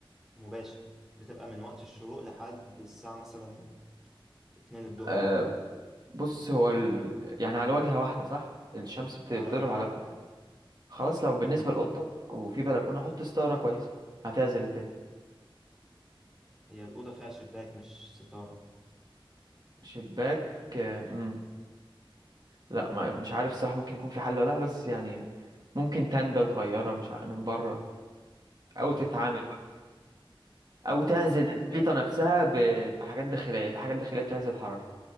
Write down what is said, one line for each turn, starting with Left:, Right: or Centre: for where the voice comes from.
Centre: مباشر بتبقى من وقت الشروق لحد الساعة مثلا اتنين الظهر
Right: آه
Centre: او حاجة
Right: بص هو ال... يعني على واجهه واحده صح الشمس بت... بتضرب
Centre: على وجهة
Right: على
Centre: واحدة
Right: واجهه
Centre: اه
Right: خلاص لو بالنسبه
Centre: امم
Right: لاوضتك وفي بلكونه حط ستاره كويسه هتعزل الدنيا
Centre: هي الأوضة فيها شباك مش ستارة
Right: شباك آه مم. لا ما... مش عارف الصراحه ممكن يكون في حل ولا لا بس يعني ممكن تندة صغيره مش ع... من بره
Centre: تصدق
Right: او تتعامل بقى او
Centre: او
Right: تعزل
Centre: او او ممكن
Right: الحيطه نفسها ب... بحاجات داخليه في حاجات داخليه بتعزل الحراره